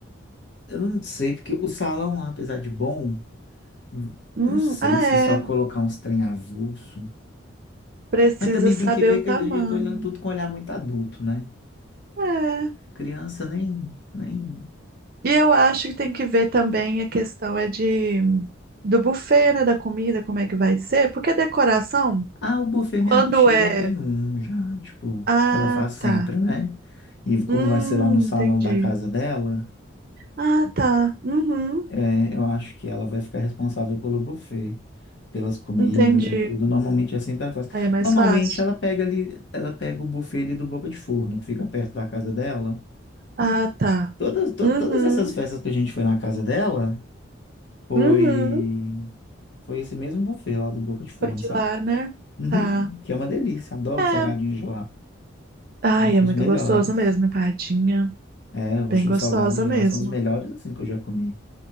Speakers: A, on the left; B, on the right.
A: eu não sei, porque o salão lá, apesar de bom, n-
B: hum,
A: não sei
B: ah,
A: se só colocar
B: é.
A: uns trem avulso.
B: Precisa
A: Mas também
B: saber
A: tem que ver
B: o
A: que
B: tamanho.
A: eu já tô olhando tudo com um olhar muito adulto, né?
B: É.
A: Criança nem, nem...
B: E eu acho que tem que ver também a questão é de do buffet, né, da comida, como é que vai ser? Porque decoração,
A: Ah, o buffet
B: quando
A: minha tia
B: é.
A: tem um já, tipo,
B: Ah,
A: que ela faz sempre,
B: tá.
A: né? E como
B: Hum,
A: vai ser lá no salão
B: entendi.
A: da casa dela...
B: Ah, tá. Uhum,
A: É, eu acho que ela vai ficar responsável pelo buffet, pelas comidas
B: entendi.
A: e tudo. Normalmente é sempre ela faz.
B: Aí é mais
A: Normalmente
B: fácil.
A: ela pega ali, ela pega o buffet ali do Boca de Forno, que fica perto da casa dela.
B: Ah, tá.
A: Todas, to-
B: Uhum,
A: todas essas festas que a gente foi na casa dela, foi
B: uhum.
A: foi esse mesmo buffet lá do Boca de Forno,
B: Foi de
A: sabe?
B: lá, né?
A: Uhum,
B: Tá.
A: que é uma delícia, adoro
B: É.
A: os salgadinhos de lá.
B: Ai,
A: Acho
B: é muito
A: os melhores.
B: gostoso mesmo, empadinha.
A: É, eu
B: Bem
A: acho
B: gostosa
A: os salgados de
B: mesmo.
A: lá são os melhores assim que eu já comi.